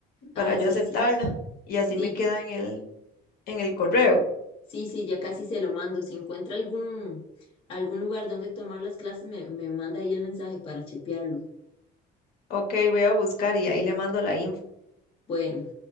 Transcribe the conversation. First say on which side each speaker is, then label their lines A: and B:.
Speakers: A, on the left (about 55°); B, on the left (about 30°).
A: para
B: Ah,
A: yo
B: sí,
A: aceptarla
B: sí,
A: y así
B: sí,
A: me queda en el, en el correo.
B: sí, sí, ya casi se lo mando. Si encuentra algún, algún lugar donde tomar las clases, me, me manda ahí el mensaje para chepearlo.
A: Ok, voy a buscar y ahí le mando la info.
B: Bueno.